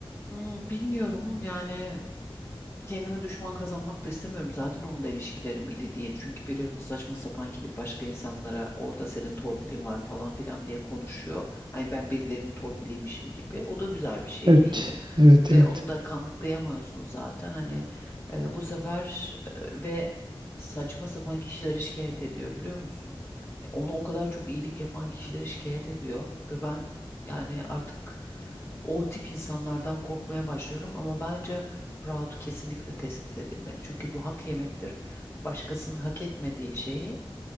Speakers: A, on the left; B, on the right.
A: Hmm, bilmiyorum yani Kendime düşman kazanmak da istemiyorum. Zaten onun da ilişkilerim iyi değil. Çünkü biliyorsun saçma sapan gidip başka insanlara orada senin torpilin var falan filan diye konuşuyor. Hani ben birilerinin torpiliymişim gibi. O da güzel bir şey
B: Evet,
A: değil.
B: evet,
A: Ve
B: evet.
A: onu da kanıtlayamıyorsun zaten. Hani e, bu sefer e, ve saçma sapan kişileri şikayet ediyor biliyor musun? Ona o kadar çok iyilik yapan kişileri şikayet ediyor. Ve ben yani artık o tip insanlardan korkmaya başlıyorum. Ama bence Proud kesinlikle tespit edilmeli. Çünkü bu hak yemektir. Başkasının hak etmediği şeyi